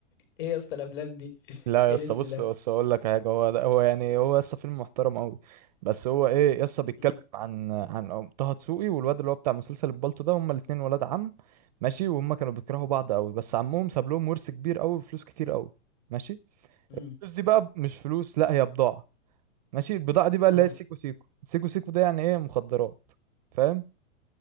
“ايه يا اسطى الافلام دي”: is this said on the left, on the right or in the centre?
Left